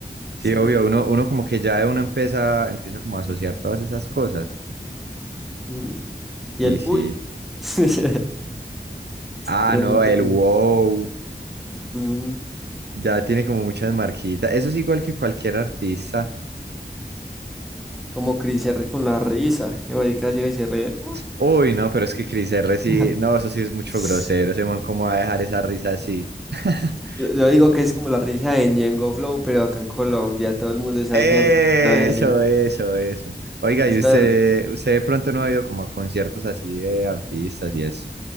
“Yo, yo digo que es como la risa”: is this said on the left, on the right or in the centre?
Centre